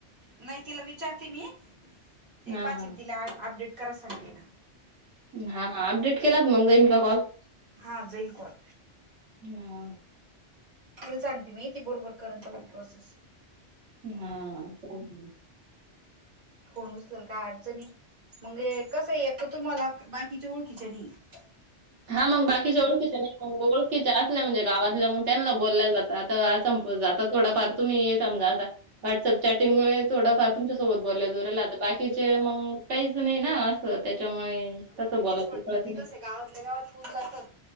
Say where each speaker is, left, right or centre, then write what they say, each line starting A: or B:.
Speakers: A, on the right; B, on the right.
A: नाही तिला विचारते मी तिला
B: हां,
A: पाची
B: हां.
A: तिला अपडेट कराला सागंतेना.
B: हा हा, अपडेट केलात क मग जाईन का कॉल.
A: हा जाईल कॉल.
B: ना.
A: तुल सांगते मीय ती बरोबर करल तेवढी प्रोसेस.
B: हा हा, चालेल ना
A: फोन उचलायल काय अडचनी? मणजे कसं ऐक तर तुम्हाला बाकीच्या ओळखीच्या नाहीये.
B: हा मग बाकीची ओळखी च्या नाही. मग ओळखीच्या असल्या म्हणजे गावातल्या मग त्यांना बोलल्या जात, आता संपुन जाता थोडाफार तुम्ही हे समजा आता व्हॉट्सअप चॅटिंगमुळे थोडफार तुमच्यासोबत बोलल्या जोरालाता बाकीचे मग काहीच नाही ना असं त्याच्यामुळे
A: मग
B: तसं
A: मी
B: बोलायच
A: तेच म्हटलं
B: कळत
A: ते
B: नाही.
A: कसं आहे गावातल्या गावात हुन जातं,